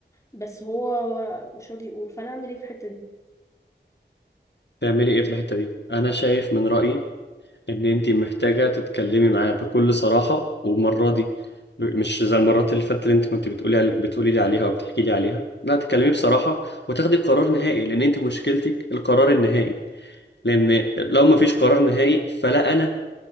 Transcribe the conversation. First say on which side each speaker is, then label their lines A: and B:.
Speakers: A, on the left; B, on the left.
A: بس هو مش راضي يقول فانا اعمل ايه في الحته دي
B: تعملي ايه في الحتة دي انا شايف من رأيي ان انتي محتاجة تتكلمي معاه بكل صراحة والمرة دي ب- مش زي المرات اللي فاتت اللي انت كنت بتقولي عل- بتقولي لي عليها او بتحكي لي عليها لا تتكلمي بصراحة وتاخدي قرار نهائي لان انت مشكلتك القرار النهائي لان لو ما فيش قرار نهائي فلا انا